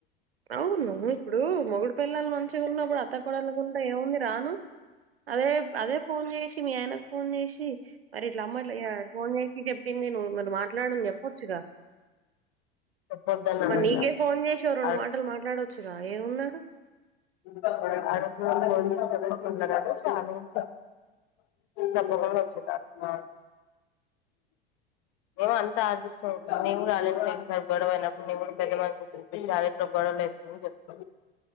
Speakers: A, on the right (about 85°); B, on the left (about 45°).
A: అవును ఇప్పుడు మొగుడు పెళ్ళాలు మంచి గున్నప్పుడు అత్త కోడల్లకు ఉంటే ఏముంది రాను అదే అదే ఫోన్ చేసి, మీ ఆయనకు ఫోన్ చేసి మరి ఇట్లా అమ్మా ఇట్లా ఫోన్ చేశి చెప్పింది నువ్వు మరి మాట్లాడు అని చెప్పొచ్చుగా.
B: చెప్పొద్దన్నాడంట
A: మరి నీకే ఫోన్ చేశి ఓ రెండు
B: ఆడ
A: మాటలు మాట్లాడొచ్చుగా ఏముందాడా.
B: <inaudible> చాలు ఇంకా. చెప్పకుండా వచ్చిందాట్నా. ఏమో అంతా అదృష్టము నేను కూడా రాలేంట్లే ఒకసారి గొడవ అయినప్పుడు మేము కూడా పెద్దమనుషులు పిలిపిచ్చి ఆళ్ళింట్లో గొడవలయి అని చెప్తా.